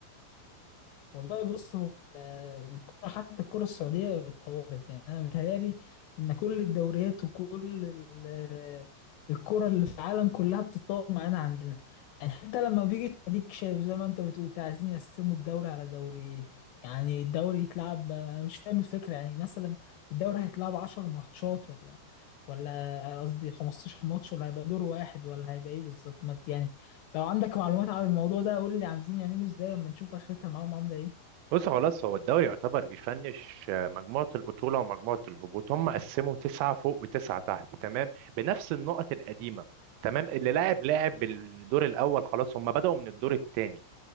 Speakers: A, on the left; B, on the right.
A: والله بص هو الكرة حتى الكرة السعودية اتطورت يعني أنا متهيألي إن كل الدوريات وكل ال- الكرة اللي في العالم كلها بتتطور معانا عندنا يعني حتى لما بيجي أديك شايف زي ما أنت بتقول كده عايزين يقسموا الدوري على دوريين يعني الدوري يتلعب أنا مش فاهم الفكرة يعني مثلا الدوري هيتلعب 10 ماتشات ولا ولا قصدي 15 ماتش ولا هيبقى دور واحد ولا هيبقى إيه بالظبط ما ت- يعني لو عندك معلومات عن الموضوع ده قول لي عايزين يعملوا إزاي أما نشوف آخرتها معاهم عاملة إيه
B: بص خلاص هو الدوري يعتبر بيفنش آه، مجموعه البطوله ومجموعه الهبوط هم قسموا تسعه فوق وتسعه تحت تمام بنفس النقط القديمه تمام اللي لاعب لاعب بالدور الاول خلاص هم بدأوا من الدور الثاني